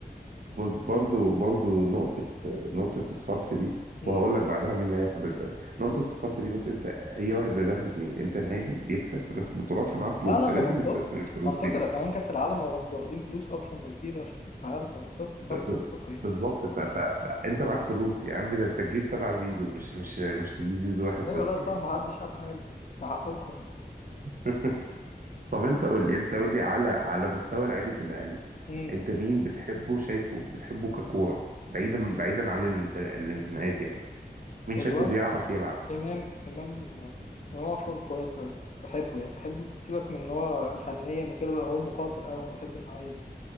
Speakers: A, on the right; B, on the left.
A: بص برضو برضو نقطة نقطة الصرف دي
B: مم.
A: وهقول لك بعدها مين اللي هياخد الدوري نقطة
B: مم.
A: الصرف دي بص انت هي واحد زائد واحد اتنين انت نادي بيكسب فبياخد بطولات فمعاه فلوس
B: لا لا
A: فلازم
B: ما منطقي
A: يستثمر الفلوس
B: منطقي
A: دي
B: ده كمان كاس العالم هو انتوا واخدين فلوس اصلا من الفيفا عشان كاس العالم فمنطقي الصرف
A: ب-
B: منطقي
A: ب-
B: يعني.
A: بالظبط ف- ف- فانت معاك فلوس يا عم ده انت تجيب سبع زيزو مش مش مش تجيب زيزو واحد
B: ايوه
A: بس
B: لا صح
A: يعني
B: ما حدش قال حاجه ده حقكم يعني.
A: <laughs> طب انت قول لي انت قول لي على على مستوى لعيبة الاهلي
B: مم.
A: انت مين بتحبه شايفه بتحبه ككورة بعيدا بعيدا عن الانت- الانتماءات يعني مين
B: الواد
A: شايفه بيعرف يلعب
B: إمام إمام إمام عاشور كويس أوي بحبه يعني بحب سيبك من إن هو فنيا وكده بقى هو مقاتل أوي أنا بحب النوعية دي